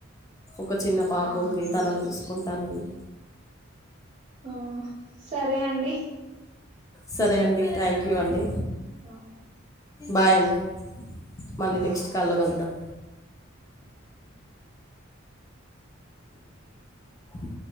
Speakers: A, on the left (about 15°); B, on the right (about 30°).
A: ఒక చిన్న పాప
B: అవునండి
A: ఉంది తనను చూసుకుంటా నండి
B: ఆ సరే అండి
A: సరే అండి థ్యాంక్ యూ అండి
B: ఓకే
A: బాయ్ అండి మళ్ళీ నెక్స్ట్
B: ఓకే
A: కాల్లో కలుద్దాం <inaudible>